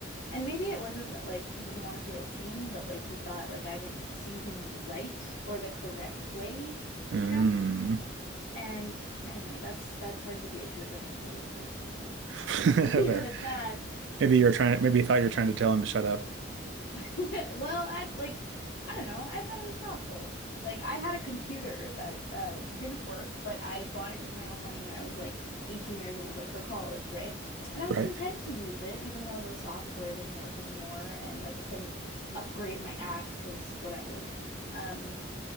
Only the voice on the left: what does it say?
And maybe it wasn't that like he didn't want to feel seen, but like he thought like I didn't see him right or the correct way,
you know? And anyway, that's that's hard to gauge with a mentally ill person, so
I'll <laughs> leave it at that.
<laughs> Well, I like I don't know. I thought it was thoughtful. Like I had a computer that uh didn't work, but I bought it with my own money when I was like 18 years old, like for college, right? And I was
content to use it even though the software didn't work anymore and like I couldn't upgrade my apps 'cause whatever. Um